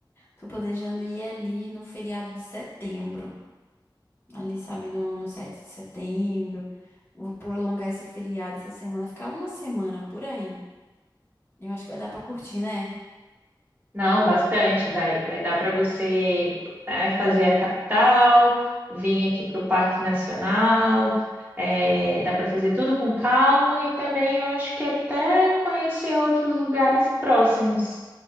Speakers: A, on the left; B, on the right.
A: Tô planejando ir ali no feriado de setembro. Ali, sabe, no, no 7 de setembro. Vou prolongar esse feriado essa semana, ficar uma semana por aí. Eu acho que vai dar pra curtir, né?
B: Não, bastante, vai, vai dar para você, né, fazer a capital, vir aqui para o Parque Nacional. é, dá para fazer tudo com calma e também eu acho que até conhecer outros lugares próximos.